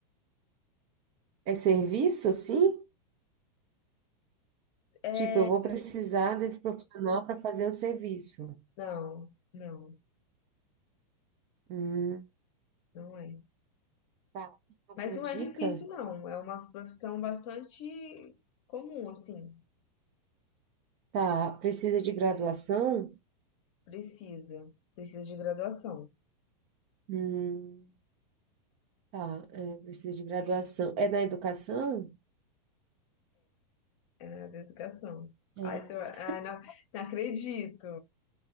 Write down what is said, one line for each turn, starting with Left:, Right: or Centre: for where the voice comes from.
Right: é serviço assim?
Left: é,
Right: Tipo, eu vou precisar desse profissional para fazer um serviço.
Left: não, não,
Right: Hum,
Left: não é.
Right: tá. Alguma
Left: Mas não
Right: dica?
Left: é difícil, não. É uma profissão bastante comum, assim.
Right: Tá. Precisa de graduação?
Left: Precisa. Precisa de graduação.
Right: Hum, tá. É, precisa de graduação. É na educação?
Left: É na área da educação.
Right: É.
Left: Aí você vai. Ai, não, não acredito.